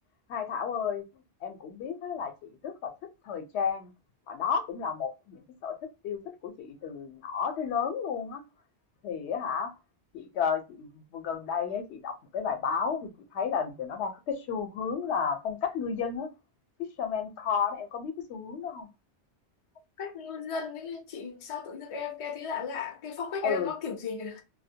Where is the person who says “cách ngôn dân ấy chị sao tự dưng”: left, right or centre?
Left